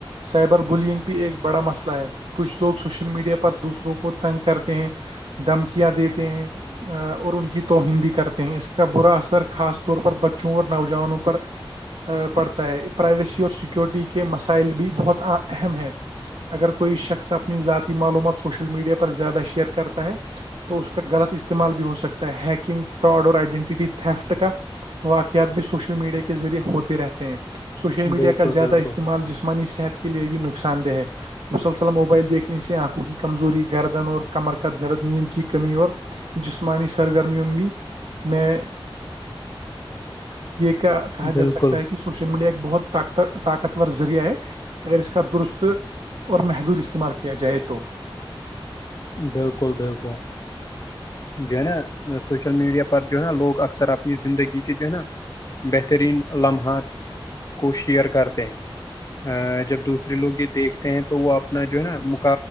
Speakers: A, on the right; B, on the left.
A: سائبر بلینگ بھی ایک بڑا مسئلہ ہے کچھ لوگ سوشل میڈیا پر دوسروں کو تنگ کرتے ہیں دھمکیاں دیتے ہیں اور ان کی توہین بھی کرتے ہیں اس کا برا اثر خاص طور پر بچوں اور نوجوانوں پر پڑتا ہے پرائیویسی اور سیکورٹی کے مسائل بھی بہت اہم ہیں اگر کوئی شخص اپنی ذاتی معلومات سوشل میڈیا پر زیادہ شیئر کرتا ہے تو اس کا غلط استعمال بھی ہو سکتا ہے ہیکنگ فراڈ اور آئیڈینٹیٹیفٹ کا واقعات بھی سوشل میڈیا کے ذریعے ہوتے رہتے ہیں سوشل میڈیا
B: بالکل
A: کا زیادہ
B: بالکل
A: استعمال ال جسمانی صحت کے لیے بھی نقصان دہ ہے مسلسلم موبائل دیکھنے سے آنکھوں کی کمزوری گردن اور کمر کا درد نیند کی کمی اور جسمانی سرگرمیوںوں بھی میں یہ کا کہا جا
B: بالکل
A: سکتا ہے کہ سوشل میڈیا ایک بہت طاقتت طاقتور ذریعہ ہے اگر اس کا درست اور محدود استعمال کیا جائے تو
B: بالکل بالکل جو ہے نا سوشل میڈیا پر جو ہے نا لوگ اکثر اپنی زندگی کے جو ہے نا بہترین لمحات کو شیئر کرتے ہیں ا جب دوسرے لوگ یہ دیکھتے ہیں تو وہ اپنا جو ہے نا م